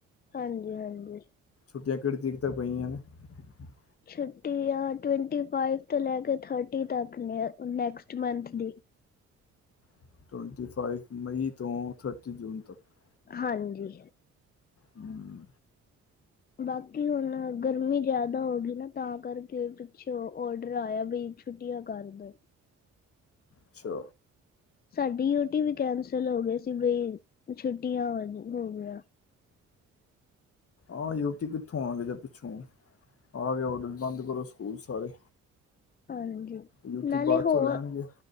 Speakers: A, on the left (about 30°); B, on the left (about 50°).
A: ਹਾਂਜੀ, ਹਾਂਜੀ।
B: ਛੁਟੀਆਂ ਕਿੜਤੀ ਤਾਂ ਪਈ। <unintelligible>
A: ਛੁੱਟੀਆ ਟਵਾਨਪਚੀ ਤੋਂ ਲੈ ਕੇ ਤੀਹ ਵਾਤੱਕ ਨੇ ਨੈਕਸਟ ਮੰਥ ਦੀ।
B: <unintelligible>
A: ਹਾਂਜੀ।
B: ਹਮ
A: ਬਾਕੀ। ਹੁਣ ਗਰਮੀ ਜਿਆਦਾ ਹੋ ਗਈ ਨਾ। ਤਾਂ ਕਰਕੇ ਪਿੱਛੇ ਔਡਰ ਆਇਆ ਬਈ ਛੁੱਟੀਆਂ ਕਰ ਦਿ।
B: ਅੱਛਾ।
A: ਸਾਡੀ ਯੂਟੀ ਵੀ ਕੈਂਸਲ ਹੋ। ਗਈ ਸੀ ਬਈ ਛੁੱਟੀਆਂ ਹੋ ਗਿਆਂ।
B: ਆ ਯੂਟੀ ਕਿੱਥੋਂ ਆ ਗਈ ਜਾਂ ਪਿੱਛੋਂ, ਆਗੇ ਅਡਰ ਬੰਦ ਕਰੋ ਸਕੂਲ ਸਾਰੇ।
A: ਹਾਂਜੀ।
B: ਯੂਟੀ
A: ਨਾਲੇ
B: ਬਾਅਦ
A: ਹੋਰ,
B: ਚੋਂ ਲੈਣਗੇ